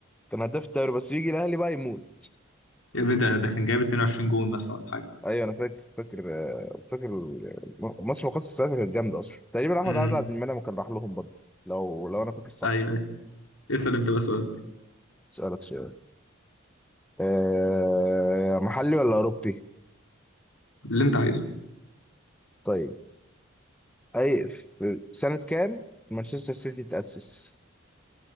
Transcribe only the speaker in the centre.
كان هداف الدوري بس يجي الاهلي بقى يموت
ايوه انا فاكر فاكر آه، فاكر م- مصر مخصص ساعتها كانت جامده اصلا تقريبا احمد
عادل عبد المنعم كان راح لهم برضه لو لو انا فاكر صح
اسالك سؤال أه محلي ولا اوروبي
طيب اي في سنه كام مانشستر سيتي تاسس